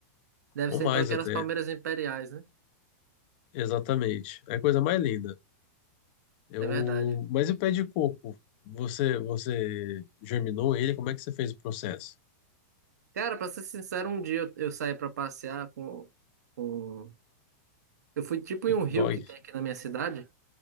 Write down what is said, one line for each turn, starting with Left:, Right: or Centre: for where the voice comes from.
Right: Deve
Left: Ou
Right: ser,
Left: mais
Right: então, aquelas
Left: até.
Right: palmeiras imperiais, né?
Left: Exatamente. É a coisa mais linda. Eu,
Right: É verdade.
Left: mas e o pé de coco? Você, você germinou ele? Como é que você fez o processo?
Right: Cara, pra ser sincero, um dia eu, eu saí pra passear com, com... Eu fui tipo
Left: Coco
Right: em um rio
Left: Dog?
Right: que tem aqui na minha cidade,